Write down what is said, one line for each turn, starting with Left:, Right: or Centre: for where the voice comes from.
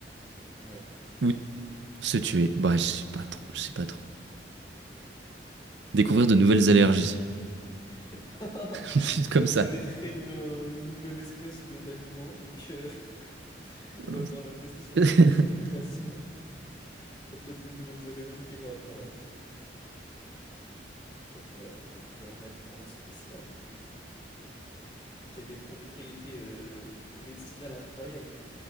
Left: Ouais.
Right: Ou se tuer. Bah, je sais pas trop, je sais pas trop. Découvrir de nouvelles allergies.
Left: <laughs> Bah,
Right: <laughs> Comme
Left: Vous
Right: ça.
Left: avez créé une, euh, une nouvelle espèce de d'aliment, donc euh, <laughs>
Right: Voilà.
Left: on va devoir la tester sur
Right: <laughs>
Left: toute la population. Il y a peut-être de nouvelles allergies qui vont apparaître. Peut-être qu'on va, on va créer un aliment spécial qui a des propriétés euh, médicinales incroyables.